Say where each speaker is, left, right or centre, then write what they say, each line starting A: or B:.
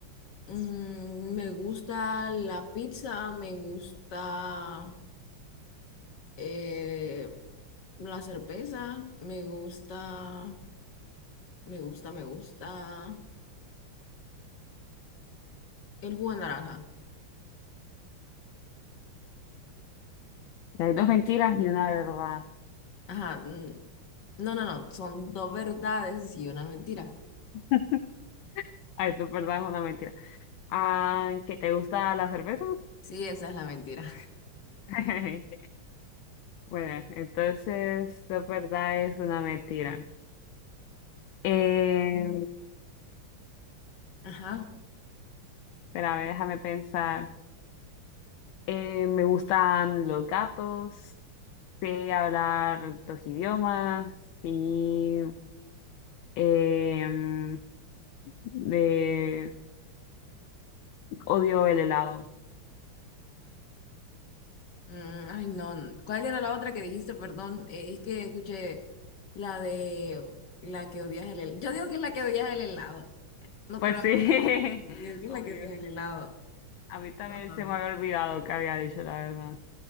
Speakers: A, on the left; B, on the left.
A: mm, me gusta la pizza, me gusta eh, la cerveza, me gusta, me gusta, me gusta el jugo de naranja.
B: Hay dos mentiras y una verdad.
A: Ajá, mm, no, no, no, son dos verdades y una mentira.
B: <laughs> Ay, tu verdad es una mentira. Ah, ¿que te gusta la cerveza?
A: Sí, esa es la mentira.
B: <laughs> Bueno, entonces tu verdad es una mentira. Eh,
A: <laughs> Ajá.
B: espérame, déjame pensar. Eh, me gustan los gatos, sé hablar dos idiomas y em, de- odio el helado.
A: Mm, ay, no. ¿Cuál era la otra que dijiste? Perdón, eh, es que escuché la de la que odias el helado. Yo digo que es la que odias el helado. No
B: Pues
A: creo
B: sí,
A: que. Sí, yo
B: <laughs>
A: digo que es
B: obvio.
A: la que odias el helado.
B: A mí también
A: Vamos a
B: se
A: ver.
B: me había olvidado que había dicho la verdad.